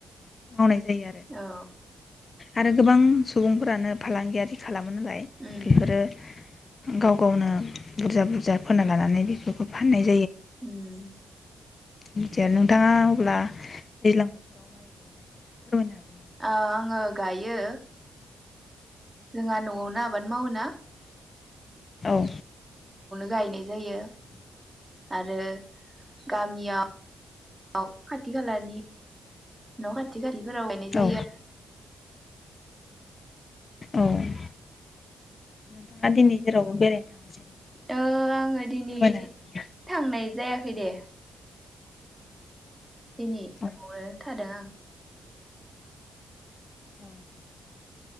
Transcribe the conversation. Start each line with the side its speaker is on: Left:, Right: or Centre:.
Left: मावनाय जायो आरो
Right: औ
Left: आरो गोबां सुबुंफोरानो फालांगियारि खाला मोनालाय
Right: उम
Left: बेफोरो गाव गावनो बुरजा बुरजा फोना लानानै बेफोरखौ फाननाय
Right: उम
Left: मिथिया नोंथाङा अब्ला दैज्लां बोथोराव माइ गायोना गा फोरमायनो हागोन
Right: आ आङो गायो जोंहा न'आवनो आबाद मावो ना
Left: औ
Right: गायनाय जायो आरो गामिया न खाथि खालानि न खाथि खाथि <inaudible> जायो
Left: औ
Right: आरो।
Left: औ नोंथाङा दिनै जेरावबो बेरायनो थाङासै नामा
Right: आरो ओ आङो दिनै
Left: फोरमायनो हागोन नामा
Right: थांनाय जायाखै दे। दिनै न
Left: औ
Right: आवनो थादों आं
Left: अ